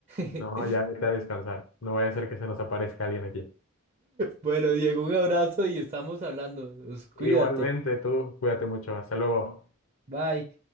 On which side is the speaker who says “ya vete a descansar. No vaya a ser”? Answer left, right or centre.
Left